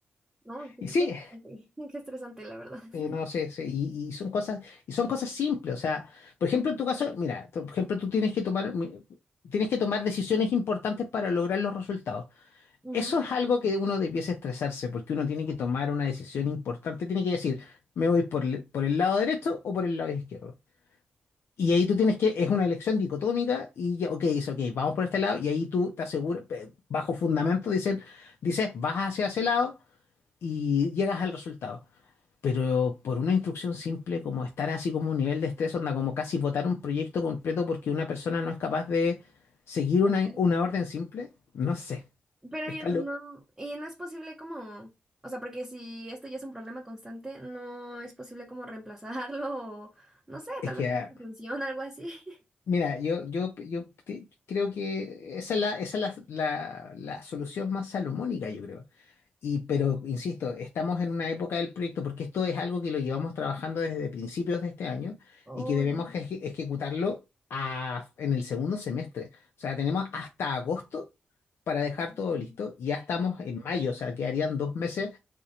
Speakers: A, on the right; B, on the left.
A: No, sí,
B: Y sí,
A: qué estresante, <laughs> qué estresante, la verdad. <laughs>
B: Sí, no sé, sí, y, y son cosas, y son cosas simples, o sea, por ejemplo, en tu caso, mira, tú- por ejemplo, tú tienes que tomar, mi- tienes que tomar decisiones importantes para lograr los resultados.
A: Ujú,
B: Eso es algo que uno debiese estresarse, porque uno tiene que tomar una decisión importante, tiene que decir, me voy por el, por el lado derecho o por el lado izquierdo. Y ahí tú tienes que, es una elección dicotómica, y ya, ok, dice, ok, vamos por este lado, y ahí tú te aseguras, eh, bajo fundamento, dicen, dices, vas hacia ese lado y llegas al resultado. Pero por una instrucción simple, como estar así como un nivel de estrés, onda como casi votar un proyecto completo porque una persona no es capaz de seguir
A: de
B: una,
A: hacerlo.
B: una orden simple, no sé.
A: Pero
B: Está
A: ya no,
B: lo...
A: y no es posible como, o sea, porque si esto ya es un problema constante, no es posible como reemplazarlo <laughs> o, no sé,
B: Es
A: tal
B: que,
A: vez
B: ah,
A: alguna función, algo así. <laughs>
B: mira, yo, yo, yo te- creo que esa es la, esa es la, la, la solución más salomónica, yo creo. Y, pero, insisto, estamos en una época del proyecto porque esto es algo que lo llevamos trabajando desde principios de este año
A: Oh,
B: y que debemos
A: no.
B: eje- ejecutarlo a- en el segundo semestre. O sea, tenemos hasta agosto para dejar
A: Sí,
B: todo listo y ya estamos en mayo, o sea, quedarían dos meses